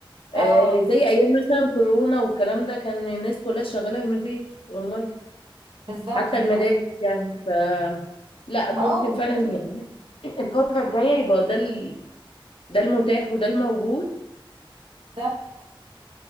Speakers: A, on the left (about 75°); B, on the right (about 80°).
A: آه
B: اه
A: زي ايام مثلا كورونا والكلام ده كان الناس كلها شغاله من البيت والله
B: بالظبط
A: حتى
B: ده
A: المدارس يعني ف لا ممكن
B: اه
A: فعلا يعني الفتره الجايه يبقى ده ال... ده المتاح وده الموجود
B: بالظبط